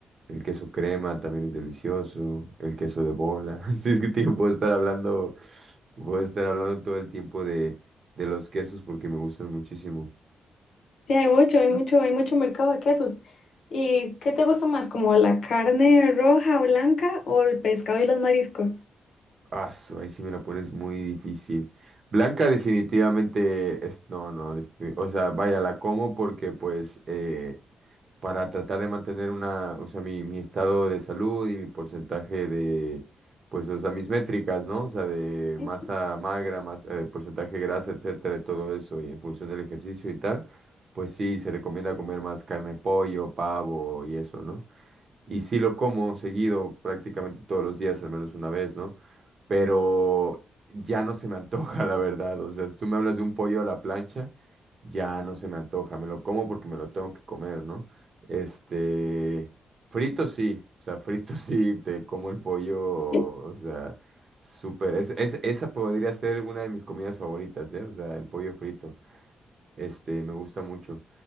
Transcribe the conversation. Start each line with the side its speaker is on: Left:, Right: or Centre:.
Right: El queso crema también es delicioso, el queso de bola, <laughs> sí es que tío, puedo estar hablando, puedo estar hablando todo el tiempo de, de los quesos porque me gustan muchísimo.
Left: Sí, hay mucho, hay mucho, hay mucho mercado de quesos. ¿Y qué te gusta más, como la carne roja, blanca o el pescado y los mariscos?
Right: Ah, su- ahí sí me la pones muy difícil. Blanca definitivamente es, no, no, defi- o sea, vaya, la como porque pues eh, para tratar de mantener una, o sea, mi, mi estado de salud y mi porcentaje de, pues, o sea, mis métricas, ¿no? O sea, de
Left: Ay,
Right: masa
Left: sí.
Right: magra, más porcentaje de grasa, etcétera, y todo eso, y en función del ejercicio y tal, pues sí, se recomienda comer más carne, pollo, pavo y eso, ¿no? Y sí lo como seguido, prácticamente todos los días, al menos una vez, ¿no? Pero ya no se me antoja, <laughs> la verdad. O sea, si tú me hablas de un pollo a la plancha, ya no se me antoja. Me lo como porque me lo tengo que comer, ¿no? Este, frito sí, o sea, <laughs> frito sí, te como el pollo,
Left: Eh,
Right: o sea, súper. Es, es- esa podría ser una de mis comidas favoritas, ¿eh? O sea, el pollo frito. Este, me gusta mucho.